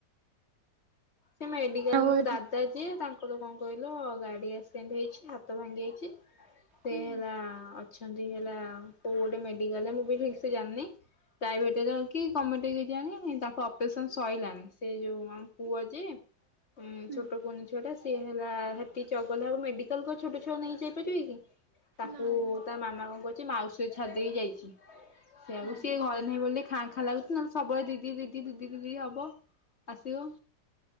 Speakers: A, on the left; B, on the right.
A: ସେ ମେଡିକାଲ୍
B: ଆଉ
A: ରେ ମୋ
B: ଆଜି
A: ଦାଦା ଯିଏ ତାଙ୍କର କଣ କହିଲ ଗାଡି଼ ଏକ୍ସିଡେଣ୍ଟ ହେଇଛି, ହାତ ଭାଙ୍ଗି ଯାଇଚି। ସେ
B: ହୁଁ
A: ହେଲା ଅଛନ୍ତି ହେଲା କୋଉ ଗୋଟେ ମେଡିକାଲ୍ ରେ ମୁଁ ବି ଠିକ ସେ ଜାଣିନି। ପ୍ରାଇଭେଟ୍ ର କି ଗମେଣ୍ଟ କି କିଆଣି ତାଙ୍କ ଅପରେସନ୍ ସଇଲାଣି। ସେ ଯୋଉ ଆମ ପୁଅ ଯେ ଉଁ,
B: ହୁଁ
A: ଛୋଟ କୁନି ଝିଅଟା ସିଏ ହେଲା ହେଟି ଚଗଲା ହବ ମେଡିକାଲ୍ କୁ ଆଉ ଛୋଟ ଛୁଆ ନେଇ ଯାଇପାରିବେ କି। ତାକୁ
B: ନା ନା
A: ତା ମାମା କଣ କରିଚି ମାଉସୀ ଛାଡିଦେଇ ଯାଇଛି ସେଆକୁ
B: ଓହୋ
A: ସିଏ ଘର ନାହିଁ ବୋଲି ଖାଁ ଖାଁ ଲାଗୁଛି ନହେଲେ ସବୁବେଳେ ଦିଦି ଦିଦି ଦିଦି ଦିଦି ହବ ଆସିବ।